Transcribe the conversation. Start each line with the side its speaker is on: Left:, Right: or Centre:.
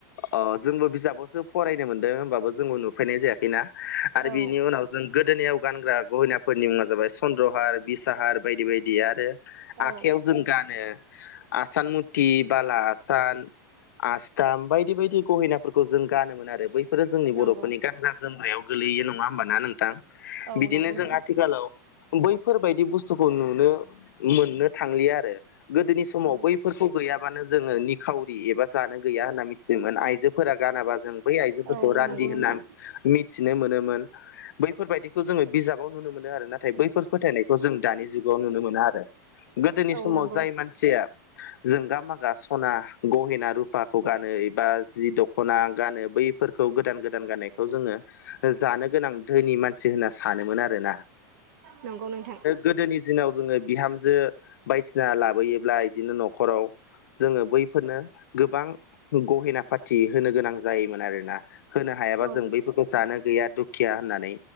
Left: अ जोंबो बिजाबावसो फरायनो मोनदों होनबाबो जोंबो नुफैनाय जायाखैना आरो
Right: औ
Left: बिनि उनाव जों गोदोोनायाव गानग्रा गहिनाफोरनि मुङा जाबाय चन्द्रहार बिसाहार बायदि बायदि आरो
Right: औ
Left: आखाइयाव जों गानो आसान मुति बाला हासान आस्थाम बायदि बायदि गहेनाफोरखौ जों गानोमोन आरो बैफोरो जोंनि
Right: नंगौ
Left: बर'फोरनि गानग्रा जोमग्रायाव गोलैयो नङा होमबाना नोंथां
Right: औ
Left: बिदिनो
Right: नंगौ
Left: जों
Right: नोंथां
Left: आथिखालाव बैफोरबायदि बुस्थुखौ नुनो मोननो थांलिया आरो गोदोनि समाव
Right: औ
Left: बैफोरखौ गैयाबानो जोङो निखावरि एबा जानो गैया होननानै मि दोंमोन आइजोफोरा गानाबा जों बै आइजोफोरखौ
Right: औ
Left: रान्दि
Right: नंगौ
Left: होननानै
Right: नोंथां
Left: मि मिथिनो मोनोमोन बैफोरबायदिखौ जोङो बिजाबाव नुनो मोनो आरो नाथाय बैफोर फोथायनायखौ जों दानि जुगाव नुनो मोनो आरो गोदोनि
Right: औ
Left: समाव
Right: नंगौ
Left: जाय मानसि जोंगा मागा सना गहेना रुपाखौ गानो बा जि दख'ना गानो बैफोरखौ गोदान गोदान गाननायखौ जोङो जानो गोनां धोनि मानसि होनना सानोमोन आरो ना
Right: नंगौ नोंथां
Left: गोदोनि दिनाव जोङो बिहामजो बायसिना लाबोयोब्ला बिदिनो न'खराव जोङो बैफोरनो गोबां गहेना पाति होनो गोनां जायोमोन आरोना होनो हायाबा
Right: औ
Left: जों बैफोरखौ जानो गैया दुख थिया होननानै